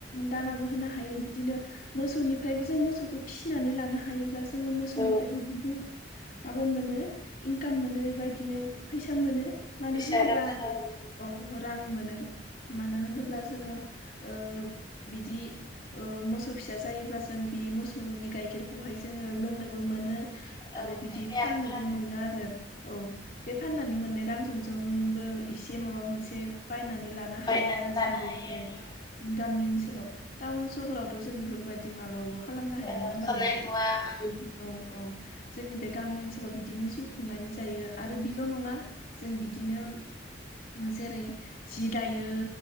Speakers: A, on the left; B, on the left.
A: दानाबो होनो हायो बिदिनो मोसौनिफ्रायबो जों मोसौखौ फिसिनानै लानो हायोब्ला जोङो मोसौनिफ्रायबो
B: औ
A: बुहुद माबा मोनो इनकाम मोनो बेबायदिनो फैसा मोनो मानो
B: फैसा
A: होनोब्ला
B: रां थाखा मोनो
A: औ रां मोनो मानो होनोब्ला जोङो ओ बिदि ओ मोसौ फिसा जायोब्ला जों बि मोसौनि गाइखेरखौहाय जोङो लोंनोबो मोनो
B: औ
A: आरो बिदि
B: खायफाया
A: फाननोबो
B: आरो फानोबो
A: मोनो आरो औ बे फाननानै मोनाय रांजोंजोंबो एसे माबा मोनसे बायनानै लानो हायो
B: बायनानै
A: आरो जों
B: लानो
A: बे
B: हायो
A: औ गामि ओनसोलाव टाउन सहरावथ' जों बेफोरबायदि मालाबाबो खालामनो हाया
B: ओ
A: नङा होमबा
B: खामनाय
A: नोंथां
B: नङा ओं
A: औ औ जोंनि बे गामि ओनसोलाव बिदिनो जिउ खुंनानै जायो आरो बिल' नङा जों बिदिनो उम जेरै जि दायो यो